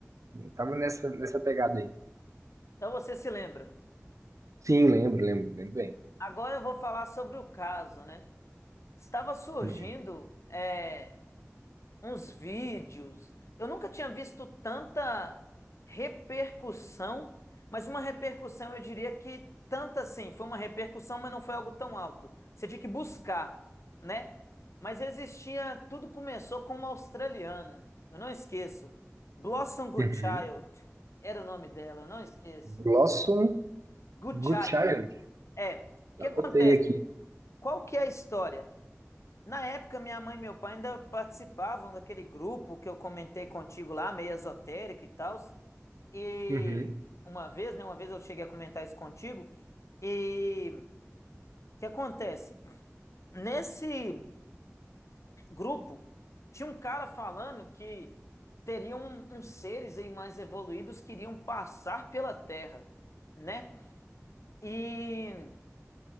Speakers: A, on the right; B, on the left.
A: estava nessa, nessa pegada aí.
B: Então você se lembra.
A: Sim, lembro, lembro, lembro bem.
B: Agora eu vou falar sobre o caso, né? Estava surgindo
A: Uhum.
B: é, uns vídeos. Eu nunca tinha visto tanta repercussão, mas uma repercussão eu diria que tanta assim, foi uma repercussão, mas não foi algo tão alto. Você tinha que buscar, né? Mas existia, tudo começou com uma australiana. Eu não esqueço. Blossom Goodchild
A: Uhum.
B: era o nome dela, eu não esqueço.
A: Blossom
B: Goodchild,
A: Goodchild.
B: é. O que
A: Anotei
B: acontece?
A: aqui.
B: Qual que é a história? Na época, minha mãe e meu pai ainda participavam daquele grupo que eu comentei contigo lá, meio esotérico e tal. E
A: Uhum.
B: uma vez, né? Uma vez eu cheguei a comentar isso contigo. E o que acontece? Nesse grupo, tinha um cara falando que teriam uns seres aí mais evoluídos que iriam passar pela Terra, né? E